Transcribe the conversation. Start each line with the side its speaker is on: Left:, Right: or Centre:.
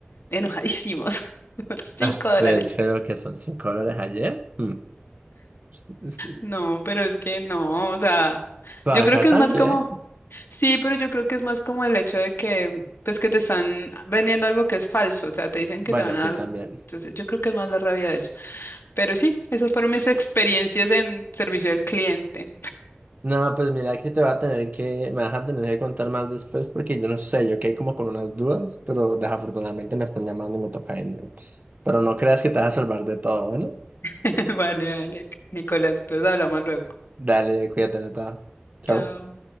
Left: Enojadísimos <laughs> por cinco
Right: Ah,
Left: dólares.
Right: pues creo que son 5 dólares ayer. Mm. Es- es-
Left: No, pero es que no, o sea,
Right: Para
Left: yo creo
Right: acá
Left: que
Right: también.
Left: es más como, sí, pero yo creo que es más como el hecho de que, pues que te están vendiendo algo que es falso, o sea, te dicen que
Right: Bueno,
Left: te van a
Right: sí,
Left: dar,
Right: también.
Left: entonces yo creo que es más la rabia de eso. Pero sí, esas fueron mis experiencias en servicio al cliente.
Right: No, pues mira que te va a tener que, me vas a tener que contar más después porque yo no sé, yo quedé como con unas dudas, pero desafortunadamente me están llamando y me toca irme. Pero no creas que te vas a salvar de todo, bueno.
Left: <laughs> Vale, vale, Nicolás, entonces hablamos luego.
Right: Dale, cuídate, Nata. Chao.
Left: Chao.